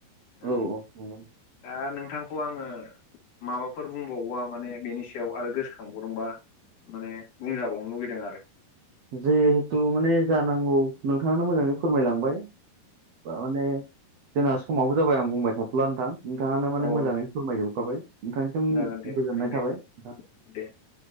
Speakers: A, on the right (about 70°); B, on the left (about 50°).
A: औ
B: ओं
A: नंगौ
B: दा नोंथांखौ आङो माबाफोर बुंबावोबा माने बेनि सायाव आरो गोसोखांबावदोंबा माने बुंजाबावनो लुुबैदों आरो।
A: जिहेथु माने जानांगौ नोंथाङानो मोजाङै फोरमायलांबाय। बा माने जोंना समाबो जाबाय आं बुंबाय थाथ'ला नोंथां। नोंथाङानो माने
B: औ अ
A: मोजाङै फोरमायजोबखाबाय। नोंथांसिम
B: जागोन दे नोंथां
A: गोजोननाय
B: दे
A: थाबाय नोंथां
B: दे।